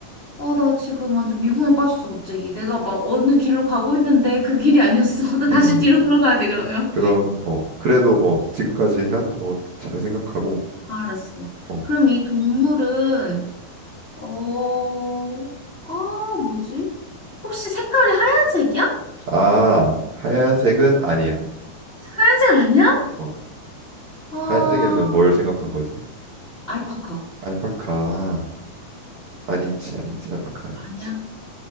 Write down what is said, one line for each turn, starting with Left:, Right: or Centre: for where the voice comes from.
Left: 아, 나 지금 완전 미궁에 빠졌어, 갑자기. 내가 막 어느 길로 가고 있는데 그 길이 아니었어. <laughs> 나 다시
Right: 음. 음.
Left: 뒤로
Right: 음.
Left: 돌아가야 돼, 그러면.
Right: 그럼, 어, 그래도, 어, 지금까지 해왔던 거 잘 생각하고,
Left: 알았어.
Right: 어.
Left: 그럼 이 동물은 어, 아, 뭐지? 혹시 색깔이 하얀색이야?
Right: 아, 하얀색은 아니야.
Left: 하얀색 아니야?
Right: 어.
Left: 아,
Right: 하얀색이면 뭘 생각한 거지?
Left: 알파카.
Right: 알파카 아니지 아니지 알파카 아니지
Left: 아니야.